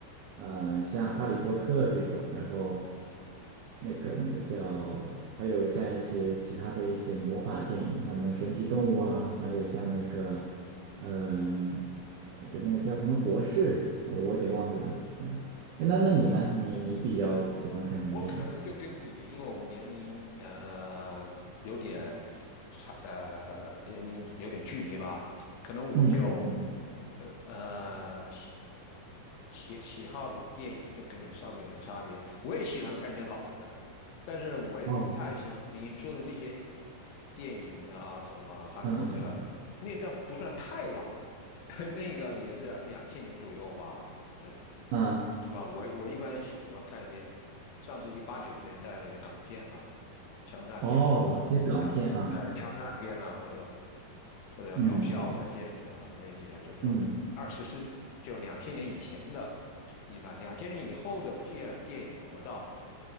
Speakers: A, on the right; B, on the left.
A: 呃，像《哈利波特》这种，然后那个那个叫，还有像一些其他的一些魔法电影，像什么神奇动物啊，还有像那个，嗯、那个那个叫什么博士，我我有点忘记了，嗯，诶那那你呢？
B: 哦，
A: 你你比较喜欢看什么电影？
B: 我可能就跟你，因为我们年龄呃有点差，呃年龄有点距离吧，可能我就
A: 嗯嗯嗯，
B: 呃呃喜喜喜好的电影就跟你稍微有点差别。我也喜欢看一些老的，但是我也不太喜欢你说的那些
A: 哦，
B: 电影啊，什么《哈利波特》，
A: 嗯嗯
B: 啊，那倒不算太老，<laughs> 那个也是两千年左右吧的，
A: 嗯，啊，
B: 是吧？我我一般喜欢看一些上世纪八九十年代的一些港片啦、枪战片啦、
A: 哦，一些港片啊，
B: 枪呃枪战片啦，或者或者搞笑的片子啦，
A: 嗯
B: 那些就是说二十世就两千年以前的，
A: 嗯
B: 一般两千年以后的片电影，我到